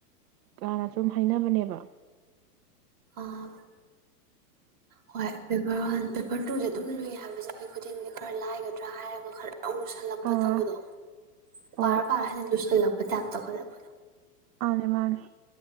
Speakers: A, on the right; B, on the right.
A: ꯌꯥꯝ ꯑꯁꯨꯝ ꯍꯥꯏꯅꯕꯅꯦꯕ
B: ꯑꯥ ꯍꯣꯏ ꯄꯦꯄꯔ ꯋꯥꯟ ꯄꯦꯄꯔ ꯇꯨꯁꯦ ꯑꯗꯨꯝ ꯂꯨ ꯍꯥꯏꯕꯁꯦ ꯃꯤ ꯈꯨꯗꯤꯡꯒꯤ ꯈꯔ ꯂꯥꯏꯒꯗ꯭ꯔꯥ ꯍꯥꯏꯔꯒ ꯈꯔ ꯔꯥꯝ ꯂꯨꯁꯜꯂꯛꯄ
A: ꯑꯥ
B: ꯇꯧꯕꯗꯣ
A: ꯍꯣꯏ
B: ꯄꯥꯔꯥ ꯄꯥꯔꯥ ꯍꯦꯏꯅ ꯂꯨꯁꯜꯂꯛ ꯇꯥꯠ ꯇꯧꯇꯠꯂꯛꯄꯗꯨ
A: ꯑꯥꯅꯤ ꯃꯥꯟꯅꯤ